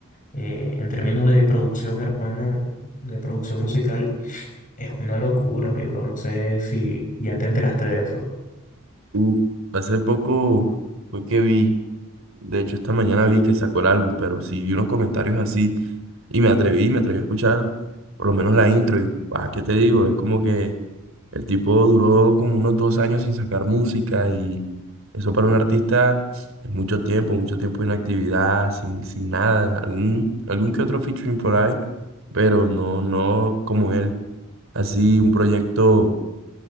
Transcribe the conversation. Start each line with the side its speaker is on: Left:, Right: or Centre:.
Left: eh, en términos de producción, hermano, de producción musical, es una locura, mi bro. No sé si ya te enteraste de eso.
Right: Uf, hace poco fue que vi, de hecho esta mañana vi que sacó el álbum, pero sí vi unos comentarios así y me atreví, me atreví a escuchar por lo menos la intro y, ah, ¿qué te digo? Es como que El tipo duró como unos dos años sin sacar música y eso para un artista es mucho tiempo, mucho tiempo de inactividad, sin, sin nada, algún, algún que otro featuring por ahí, pero no, no como él, así un proyecto